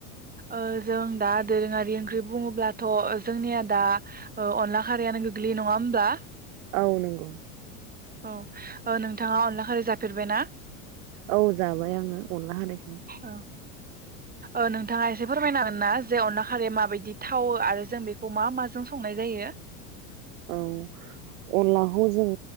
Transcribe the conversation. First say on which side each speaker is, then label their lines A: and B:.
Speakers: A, on the right; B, on the right.
A: ओ जों दा दोरोङारि ओंख्रि बुङोब्लाथ' जोंनिया दा ओ अनला खारैयानो गोग्लैयो नङा होमब्ला?
B: औ नंगौ।
A: औ औ नोंथाङा अनला खारै जाफेरबायना?
B: औ जाबाय आङो अनला खारै।
A: औ ओ नोंथाङा एसे फोरमायनो हागोन ना जे अनला खारैया माबायदि थावो आरो जों बेखौ मा माजों संनाय जायो?
B: औ अनलाखौ जों